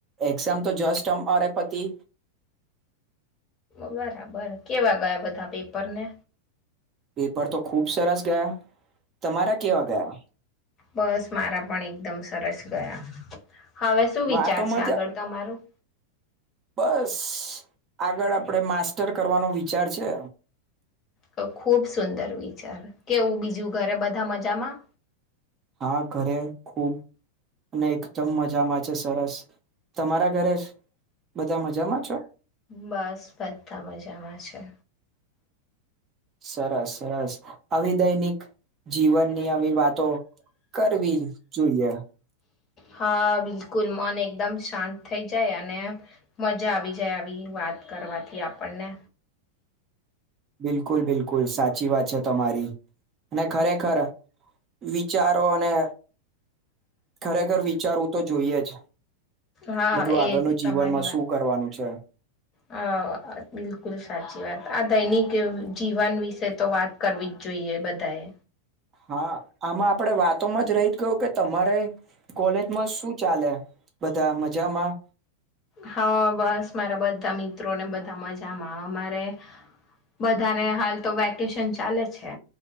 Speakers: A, on the right (about 25°); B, on the left (about 30°).
A: એક્ઝામ તો જસ્ટ અ અરે પતિ
B: બરાબર કેવા ગયા બધા પેપરને
A: પેપર તો ખુબ સરસ ગયા તમારા કેવા ગયા
B: બસ મારા પણ એકદમ સરસ ગયા હવે શું વિચાર
A: વાતોમાં
B: છે આગળ
A: જ
B: તમારું
A: બસ આગળ આપણેે માસ્ટર કરવાનો વિચાર છે
B: તો ખુબ સુંદર વિચાર કેવું બીજું ઘરે બધા મજામાં
A: હા ઘરે ખુબ અને એકદમ મજામાં છે સરસ તમારા ઘરે બધા મજામાં છો
B: બસ બધા મજામાં છે
A: સરસ સરસ આવીિ દૈનિક જીવનની આવી વાતો કરવી જોઈએ
B: હા બિલકુલ મન એકદમ શાંત થઈ જાય અને મજા આવી જાય આવી વાત કરવાથી આપણને
A: બિલકુલ બિલકુલ સાચી વાત છે તમારી અને ખરેખર વિચારો અને ખરેખર વિચારવું તો જોઈએ જ
B: હા
A: બધું આગળનું
B: એજ
A: જીવનમાં
B: તમારી વાત
A: શું કરવાનું છે
B: હ બિલકુલ સાચી વાત આ દૈનિક જીવન વિશે તો વાત કરવી જ જોઈએ બધાએ
A: હા આમાં આપણે વાતોમાં જ રહી ગયું કે તમારે કોલેજમાં શું ચાલે બધા મજામાં
B: હા બસ મારા બધા મિત્રો ને બધા મજામાં અમારે બધાને હાલ તો વેકેશન ચાલે છે